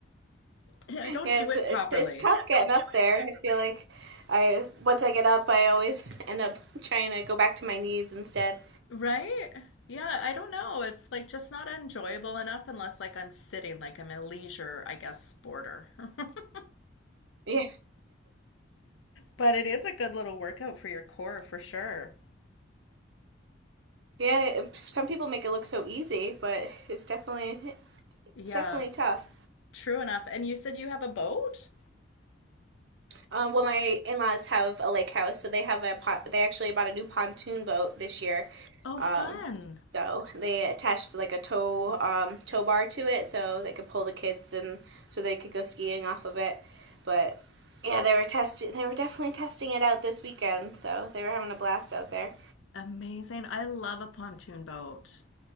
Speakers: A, on the left (about 85°); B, on the right (about 65°).
A: I don't
B: Yeah,
A: do
B: it's
A: it
B: it's
A: properly.
B: it's tough getting up there. I feel like I once I get up, I always <laughs> end up trying to go back to my knees instead.
A: Right? Yeah, I don't know. It's like just not enjoyable enough unless like I'm sitting, like I'm a leisure, I guess, sporter. <laughs>
B: Yeah,
A: But it is a good little workout for your core for sure.
B: yeah. Some people make it look so easy, but it's definitely
A: Yeah,
B: it's definitely tough.
A: true enough. And you said you have a boat?
B: Um, well, my in-laws have a lake house, so they have a pot. They actually bought a new pontoon boat this year.
A: Oh,
B: Um,
A: fun.
B: so they attached like a tow um, tow bar to it, so they could pull the kids and so they could go skiing off of it. But yeah, they were testing. They were definitely testing it out this weekend, so they were having a blast out there.
A: Amazing. I love a pontoon boat.